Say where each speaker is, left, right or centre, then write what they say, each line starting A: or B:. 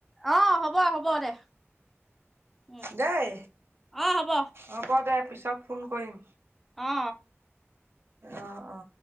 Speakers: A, in the centre; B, on the right.
A: অ হ'ব হ'ব দে। উম
B: দেই
A: অ হ'ব
B: হ'ব দে পিছত ফোন কৰিম।
A: অ
B: অ অ